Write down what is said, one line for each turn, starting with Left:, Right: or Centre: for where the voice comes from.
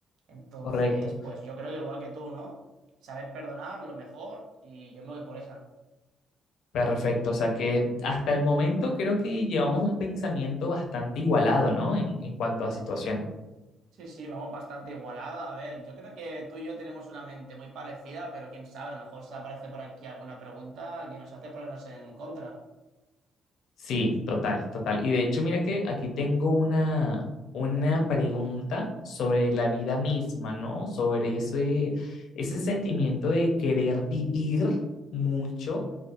Right: Entonces,
Left: Correcto.
Right: pues yo creo que igual que tú, ¿no? Saber perdonar, lo mejor, y yo me voy por esa.
Left: Perfecto, o sea que hasta el momento creo que llevamos un pensamiento bastante igualado, ¿no? En, en cuanto a situaciones.
Right: Sí, sí, vamos bastante igualada. A ver, yo creo que tú y yo tenemos una mente muy parecida, pero quién sabe, a lo mejor se aparece por aquí alguna pregunta que nos hace ponernos en contra.
Left: Sí, total, total. Y de hecho, mira que aquí tengo una, una pregunta sobre la vida misma, ¿no? Sobre ese, ese sentimiento de querer vivir mucho